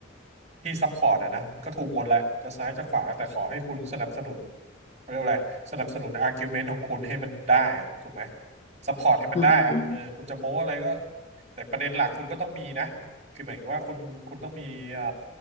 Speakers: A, on the right; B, on the left.
A: ที่ซัพพอร์ตอ่ะนะมันก็ถูกหมดแหละจะซ้ายจะขวาแต่ขอให้คุณสนับสนุนเขาเรียกว่าอะไรสนับสนุนอาร์กิวเมนต์ของคุณให้มันได้อ่ะถูกไหมซัพพอร์ตให้มันได้อ่ะเออคุณจะโม้อะไรก็
B: อืม
A: แต่ประเด็นหลักคุณก็ต้องมีนะคือหมายถึงว่าคุณคุณต้องมีเอ่อ